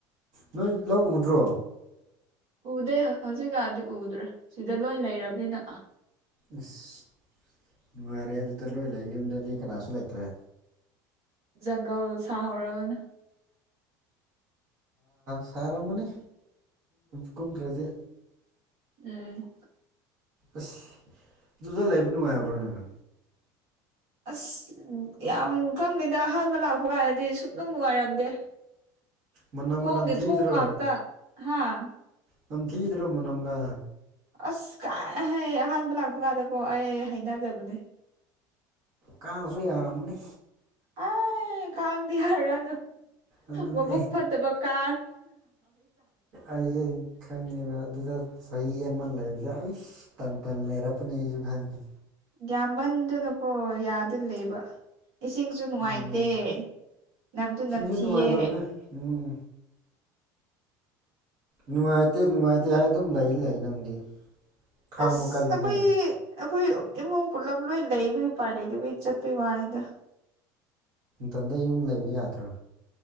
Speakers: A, on the right; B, on the right.
A: ꯅꯣꯏ ꯂꯧꯎꯗ꯭ꯔꯣ
B: ꯎꯗꯦ ꯍꯧꯖꯤꯛꯀꯥꯟꯗꯤ ꯎꯗ꯭ꯔꯦ ꯁꯤꯗ ꯂꯣꯏ ꯂꯩꯔꯕꯅꯤꯅ
A: ꯑꯁ ꯅꯨꯡꯉꯥꯏꯔꯦ ꯑꯗꯨꯗ ꯂꯣꯏ ꯂꯩ ꯌꯨꯝꯗꯗꯤ ꯀꯅꯥꯁꯨ ꯂꯩꯇ꯭ꯔꯦ
B: ꯖꯪꯒꯜ ꯁꯥꯍꯔꯦꯜ
A: ꯁꯥꯔꯝꯃꯅꯤ ꯀꯨꯝꯗ꯭ꯔꯗꯤ
B: ꯎꯝ
A: ꯑꯦꯁ ꯗꯨꯗ ꯂꯩꯕ ꯋꯥ ꯌꯥꯕ꯭ꯔꯣꯅꯦꯅ
B: ꯑꯁ ꯌꯥꯝ ꯈꯪꯗꯦꯗ ꯑꯍꯥꯟꯕ ꯂꯥꯛꯄ ꯀꯥꯟꯗꯗꯤ ꯁꯨꯗꯧ ꯅꯨꯡꯉꯥꯏꯔꯝꯗꯦ
A: ꯃꯅꯝꯒ
B: ꯊꯣꯡꯒꯦ
A: ꯅꯝꯊꯤꯗ꯭ꯔꯣ
B: ꯊꯣꯡ ꯉꯥꯛꯇ ꯍꯥꯥ
A: ꯅꯝ ꯊꯤꯗ꯭ꯔꯣꯃ ꯅꯝꯒ
B: ꯑꯁ ꯀꯥꯏ ꯍꯥꯏ ꯑꯍꯥꯟꯕ ꯂꯥꯛꯄ ꯀꯥꯟꯗꯀꯣ ꯑꯩ ꯍꯥꯏꯩꯅꯖꯕꯅꯦ
A: ꯀꯥꯡꯁꯨ ꯌꯥꯔꯝꯃꯅꯤ
B: ꯑ ꯀꯥꯟꯗꯤ ꯍꯥꯏꯔ
A: ꯑꯗꯨꯅ
B: ꯃꯕꯨꯛ ꯐꯠꯇꯕ ꯀ
A: ꯑꯩꯁꯦ ꯈꯪꯉꯦꯕ ꯑꯗꯨꯗ ꯆꯍꯤ ꯑꯃ ꯂꯩꯕꯁꯦ ꯑꯩ ꯇꯟ ꯇꯟ ꯂꯩꯔꯛꯄꯅꯦ ꯑꯩꯁꯨ ꯈꯪꯉꯦ
B: ꯌꯥꯝꯒ꯭ꯃꯟꯗꯨꯅꯨ ꯄꯣ ꯌꯥꯗꯤꯂꯕ ꯏꯁꯤꯡꯁꯨ ꯅꯨꯡꯉꯥꯏꯇꯦ
A: ꯎꯝ
B: ꯅꯝꯗꯨ
A: ꯁꯤꯡꯁꯨ
B: ꯅꯝꯊꯤꯌꯦ
A: ꯅꯨꯡꯉꯥꯏꯇꯕꯅꯦ ꯎꯝ ꯅꯨꯡꯉꯥꯏꯇꯦ ꯅꯨꯡꯉꯥꯏꯇꯦ ꯍꯥꯏ ꯑꯗꯨꯝ ꯂꯩ ꯂꯩ ꯅꯪꯗꯤ ꯈꯥꯡꯕ
B: ꯑꯁ
A: ꯀꯜꯂꯤꯅ
B: ꯑꯩꯈꯣꯏ ꯑꯩꯈꯣꯏ ꯏꯃꯨꯡ ꯄꯨꯂꯞ ꯂꯣꯏ ꯂꯩꯕ ꯎꯄꯥꯏ ꯂꯩꯇꯕꯩ ꯆꯠꯄꯩ ꯋꯥꯅꯤꯗ
A: ꯊꯟꯗ ꯌꯨꯝ ꯂꯩꯕ ꯌꯥꯗ꯭ꯔꯣ